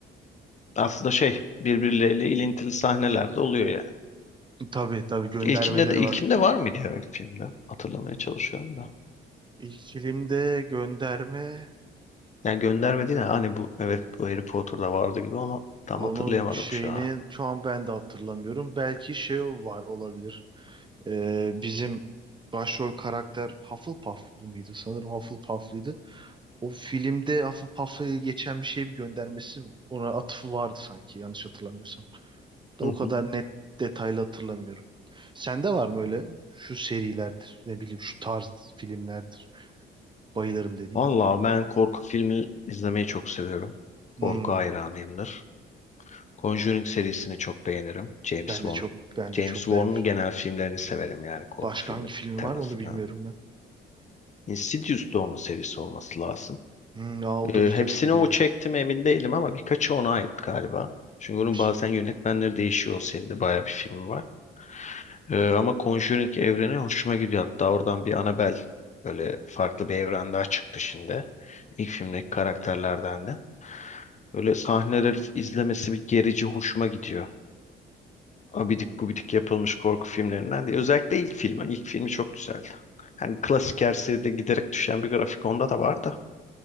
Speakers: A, on the left; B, on the right.
A: Aslında şey birbirleriyle ilintili sahneler de oluyor yani.
B: Tabii tabii göndermeleri
A: İlkinde de ilkinde
B: var.
A: var mıydı ya ilk filmde? Hatırlamaya çalışıyorum da.
B: İlk filmde gönderme
A: Yani gönderme değil de hani bu evet bu Harry Potter'da vardı gibi onu tam
B: Onun
A: hatırlayamadım
B: şeyini
A: şu an.
B: şu an ben de hatırlamıyorum. Belki şey var olabilir. Ee, bizim başrol karakter Hufflepuff'lu mıydı? Sanırım Hufflepuff'lıydı. O filmde Hufflepuff'la geçen bir şey bir göndermesi ona atıfı vardı sanki yanlış hatırlamıyorsam. Da
A: Hı
B: o kadar
A: hı.
B: net detaylı hatırlamıyorum. Sende var mı öyle şu serilerdir ne bileyim şu tarz filmlerdir bayılırım dediğin?
A: Vallahi ben korku filmi izlemeyi çok seviyorum. Korku
B: Hmm,
A: hayranıyımdır. Conjuring serisini çok beğenirim. James
B: ben
A: Wan.
B: de çok ben
A: James
B: de çok
A: Wan'ın
B: beğenmiştim.
A: genel filmlerini severim yani korku
B: Başka
A: filmi
B: hangi filmi
A: temasını.
B: var onu bilmiyorum ben.
A: Insidious da onun serisi olması lazım.
B: Hmm, aa, o
A: Ee,
B: da güzel
A: hepsini
B: seri
A: o
B: evet.
A: çekti mi emin değilim ama birkaçı ona ait galiba. Çünkü onun
B: Piş.
A: bazen yönetmenleri değişiyor o seride bayağı bir filmi var. Ee, ama Conjuring evreni hoşuma gidiyor. Hatta oradan bir Annabelle böyle farklı bir evren daha çıktı şimdi. İlk filmdeki karakterlerden de. Böyle sahneleri izlemesi bir gerici hoşuma gidiyor. abidik
B: Hmm.
A: gubidik yapılmış korku filmlerinden değil. Özellikle ilk filmi. İlk filmi çok güzeldi. Hani klasik her seride giderek düşen bir grafik onda da var da.